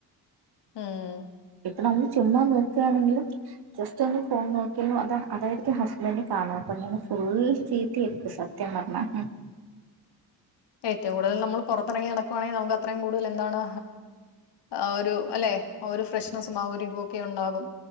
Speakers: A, on the left; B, on the right.
A: ഹം
B: അ നമ്മൾ ചെന്നാൻ നോക്കുകയാണെങ്കിലും ജസ്റ്റ് ഒന്ന് ഫോൺ നോക്കിയ അതായിരിക്കും ഹസ്ബൻഡ് കാണുക അപ്പൊ ഞൻ ഫുൾ ചീത്തി എടുക്ക സത്യം പറഞ്ഞ
A: ഏറ്റവും കൂടുതൽ നമ്മൾ പുറത്തിറങ്ങി നടക്കുവാണെങ്കിൽ നമുക്ക് അത്രയും കൂടുതൽ എന്താണ് ആ ഒരു അല്ലെ ഒരു ഫ്രഷ് ഒക്കെ ഉണ്ടാകും